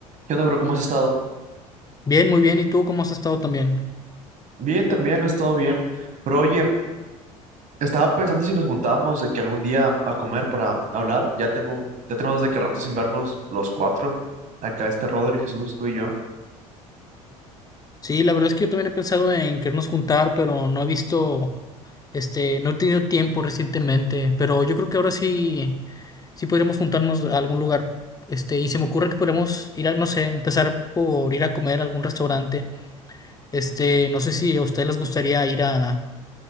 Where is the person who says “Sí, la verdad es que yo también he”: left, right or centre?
Left